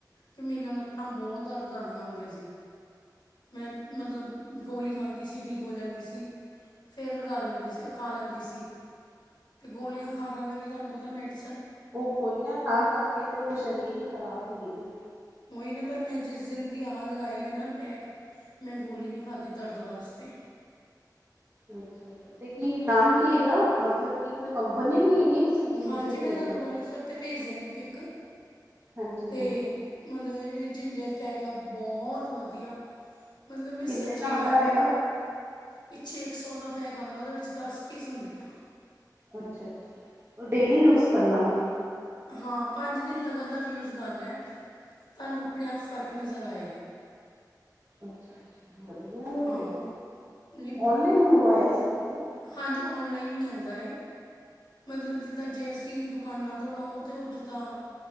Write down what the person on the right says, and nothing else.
ਉਹ ਗੋਲੀਆਂ ਖਾ ਖਾ ਕੇ ਤੇ ਉਹ ਸਰੀਰ ਹੀ ਖ਼ਰਾਬ ਹੋਣੇ ਨੇ
ਅੱਛਾ ਅੱਛਾ ਤੇ ਕੀ ਨਾਮ ਕੀ ਹੈਗਾ ਮਤਲਬ ਕੀ ਕੋਈ ਕੰਪਨੀ ਨ ਹੈਗੀ ਸਿਰਫ ਜਿੰਜਰ
ਹੀ
ਹੈਗਾ?
ਹਾਂਜੀ-ਹਾਂਜੀ।
ਕਿੰਨੇ
ਦਾ ਆਂਦਾ
ਪਏਗਾ?
ਅੱਛਾ ਅੱਛਾ ਉਹ ਡੇਲੀ ਯੂਜ ਕਰਨਾ ਮੈਂ,
ਅ ਅੱ ਵਧੀਆ ਵ
ਫਿਰ
ਓਨਲਾਈਨ ਮੰਗਵਾਇਆ ਸੀ ਤੁਸੀਂ